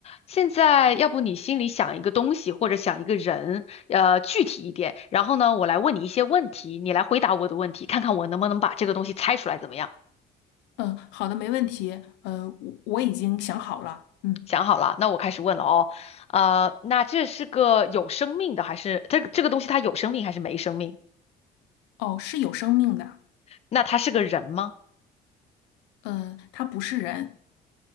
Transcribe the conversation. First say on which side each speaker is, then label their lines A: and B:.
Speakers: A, on the left; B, on the left.
A: 现在，要不你心里想一个东西或者想一个人，呃，具体一点，然后呢，我来问你一些问题，你来回答我的问题，看看我能不能把这个东西猜出来，怎么样？
B: 嗯，好的，没问题。呃，我我已经想好了。嗯，
A: 想好了，那我开始问了哦。呃，那这是个有生命的，还是这个这个东西它有生命还是没生命？
B: 哦，是有生命的。
A: 那它是个人吗？
B: 嗯，它不是人。